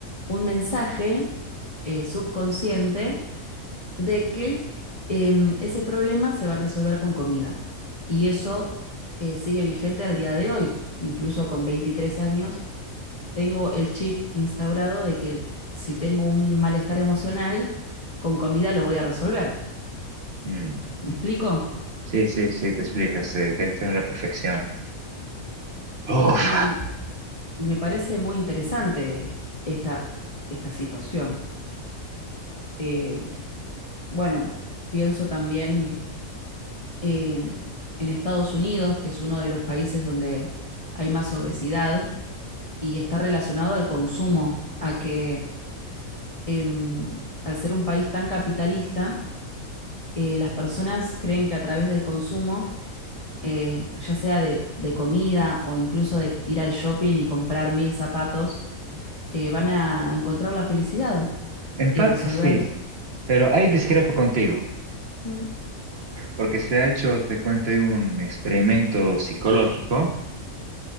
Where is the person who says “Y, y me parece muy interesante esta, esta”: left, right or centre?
Left